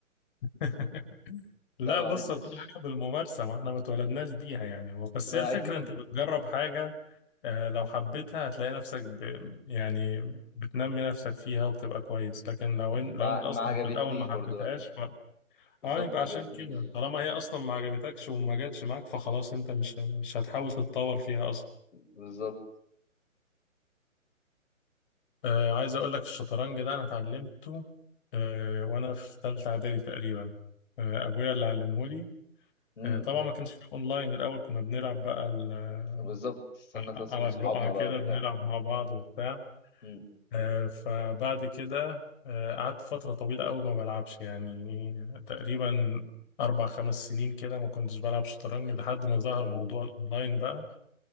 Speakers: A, on the left (about 40°); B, on the left (about 60°).
A: <laughs> لا
B: لا ما
A: بص
B: عرفتش
A: هو كل حاجة بالممارسة ما احنا ما اتولدناش بيها يعني هو بس
B: ما
A: هي الفكرة
B: اكيد
A: انت بتجرب حاجة آه، لو حبيتها هتلاقي نفسك ب... يعني بتنمي نفسك فيها وبتبقى كويس لكن لو
B: ما
A: ان... لو انت اصلا
B: ما عجبتنيش
A: في الاول ما
B: برضو
A: حبيتهاش
B: لا
A: ف...
B: بالظبط
A: اه يبقى
B: ما
A: عشان
B: عجبتنيش
A: كده طالما هي اصلا ما عجبتكش وما جاتش معاك فخلاص انت مش مش هتحاول تتطور فيها اصلا
B: بالظبط
A: آه عايز اقول لك الشطرنج ده انا اتعلمته آه وانا في ثالثة اعدادي تقريبا آه ابويا اللي علمهولي
B: امم
A: آه، طبعا ما كانش في اونلاين الاول كنا بنلعب بقى ال- آه،
B: بالظبط استنى ناس
A: على
B: من صحابنا
A: الرقعة كده
B: بقى وبتاع
A: بنلعب مع بعض وبتاع
B: امم
A: آه، فبعد كده آه، قعدت فترة طويلة قوي ما بلعبش يعني تقريبا أربع خمس سنين كده ما كنتش بلعب شطرنج لحد ما ظهر
B: امم
A: موضوع الأونلاين بقى